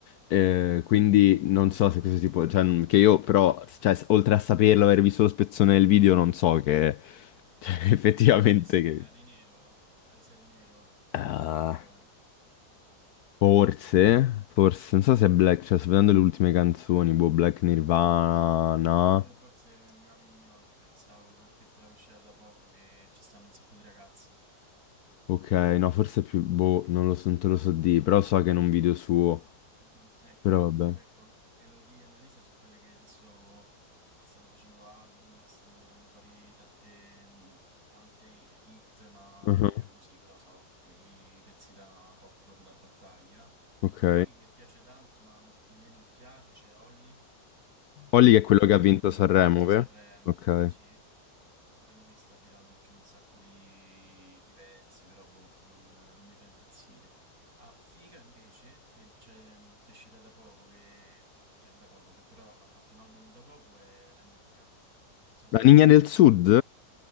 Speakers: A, on the left; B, on the right.
A: Eh,
B: ok.
A: quindi non so se questo tipo... Cioè, n- che io però, cioè, s- oltre a saperlo, aver visto lo spezzone del video, non so che... <laughs> cioè, effettivamente
B: Com'è vestita?
A: che...
B: Di nero? È vestita di nero? È
A: Ah,
B: In bianco e nero, eh.
A: Forse, forse, non so se è Black, cioè sto vedendo le ultime canzoni, boh, Black Nirvana,
B: No, io forse mi ami, mi odi, pensavo, perché è quella che è uscita da poco che ci stanno un sacco di ragazze.
A: ok, no, forse è più, boh, non lo so, non te lo so di, però so che è in un video suo,
B: Mm, mm. Ecco,
A: però
B: però comunque
A: vabbè,
B: ecco, Elodie e Annalisa sono quelle che adesso eh, stanno facendo album, stanno tirando fuori tante, mm, tante hit, ma
A: <laughs> Mhm,
B: proprio così, però sono i pezzi da pop da battaglia.
A: ok,
B: Poi che piace tanto, ma a me non piace, c'è Holly,
A: Olly
B: che
A: che è quello che ha vinto
B: è quello
A: Sanremo,
B: che ha vinto
A: vero?
B: Sanremo,
A: Ok,
B: sì. Pure lui sta tirando giù un sacco di, di pezzi, però boh, non, non mi fa impazzire. Ah, Figa invece, che, c'è- che è uscita da poco, che, cioè da poco, che però ha fatto un album da poco, è La Nigna. Non so se
A: La
B: l'hai
A: Ninja
B: mai sentita.
A: del Sud?